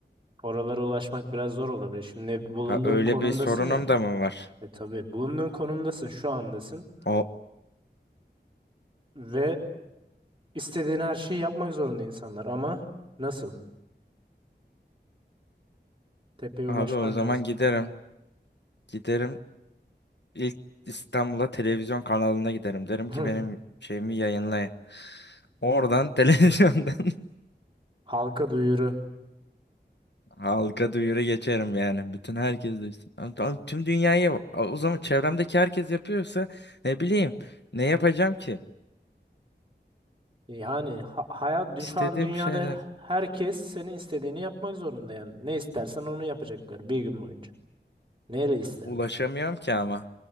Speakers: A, on the right; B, on the left.
A: Oralara ulaşmak biraz zor olabilir. Şimdi bulunduğun
B: Ha öyle
A: konumdasın
B: bir sorunum
A: ya.
B: da mı var?
A: E tabii bulunduğun konumdasın, şu andasın.
B: O
A: Ve İstediğin her şeyi yapmak zorunda insanlar ama nasıl? Tepeye
B: abi
A: ulaşman
B: o zaman
A: lazım.
B: giderim. Giderim ilk İstanbul'a televizyon kanalına giderim. Derim
A: <laughs>
B: ki benim şeyimi yayınlayın. Oradan <laughs> televizyondan
A: Halka duyuru.
B: halka duyuru geçerim yani. Bütün herkes duysun. Abi, abi tüm dünyayı o zaman çevremdeki herkes yapıyorsa ne bileyim ne yapacağım ki?
A: Yani ha- hayat dü-
B: İstediğim
A: şu an dünyada
B: şeyler.
A: herkes senin istediğini yapmak zorunda yani. Ne istersen onu yapacaklar bir gün boyunca. Neyle isterdin?
B: Ulaşamıyorum ki ama.